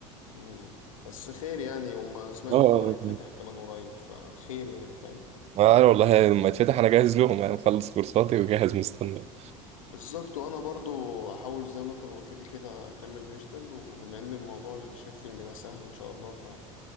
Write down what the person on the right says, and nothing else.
اه
عارف والله لما يتفتح انا جاهز لهم يعني مخلص كورساتي وجاهز مستني